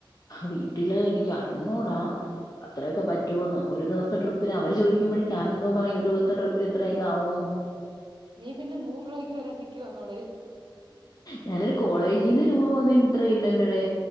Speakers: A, on the left (about 45°); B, on the right (about 65°).
A: വീട്ടില് എനിക്ക് അറിഞ്ഞൂടാ അത്രയൊക്കെ പറ്റുമോന്ന് ഒരു ദിവസത്തെ ട്രിപ്പ് പിന്നെ അവര് ചോദുമ്പോഴ ഞാനെന്തോ പറയും ഒരുപത്തെ ട്രിപ്പിൽ ഇത്രയൊക്ക ആകുമയന്ന്
B: നീ പിന്നെ നൂറ രൂപയ്ക്ക് വരാൻ നിൽക്കുവന്നടെ
A: ഞാനൊരു കോളേജിൽന്ന് ടൂർ പോന്നന്ട്രല്ലല്ലോടെ